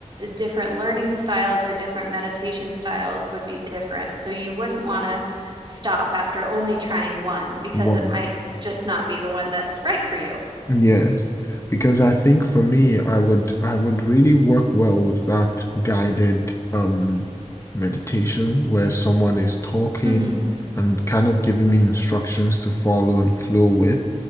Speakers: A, on the right; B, on the left.
A: different learning styles or different meditation styles would be different. So you wouldn't want to stop after only trying one because
B: One.
A: it might just not be the one that's right for you.
B: Yes, because I think for me, I would I would really work well with that guided um meditation where someone is talking
A: hmm
B: and kind of giving me instructions to follow and flow with,